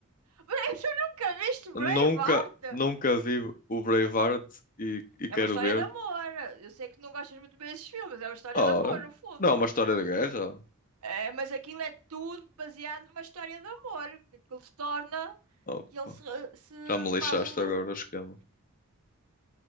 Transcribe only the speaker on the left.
Nunca, nunca vi o Braveheart e, e quero
ver.
Ah,
não é uma história de guerra?
Opa,
já me lixaste
agora o esquema.